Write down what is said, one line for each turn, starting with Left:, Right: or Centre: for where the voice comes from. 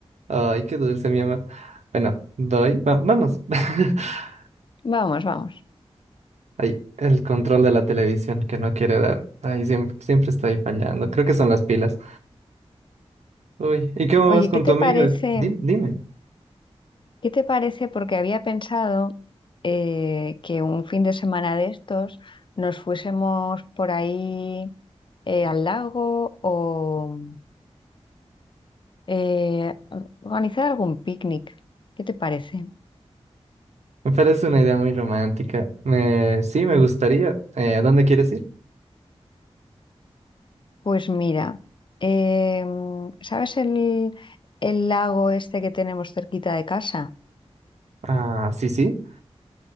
Right: Ay, qué dulce, mi amor. Bueno, voy, va- vamos. <laughs>
Left: Vamos, vamos.
Right: Ay, el control de la televisión que no quiere dar. Ay, siempre, siempre está ahí fallando. Creo que son las pilas. Uy, ¿y cómo
Left: Oye,
Right: vas con
Left: ¿qué te
Right: tu amiga?
Left: parece?
Right: Dim- dime.
Left: ¿Qué te parece? Porque había pensado eh, que un fin de semana de estos nos fuésemos por ahí eh, al lago o eh, organizar algún picnic. ¿Qué te parece?
Right: Me parece una idea muy romántica. Eh, sí, me gustaría. Eh, ¿a dónde quieres ir?
Left: Pues mira, em, ¿sabes el, el lago este que tenemos cerquita de casa?
Right: Ah, sí, sí.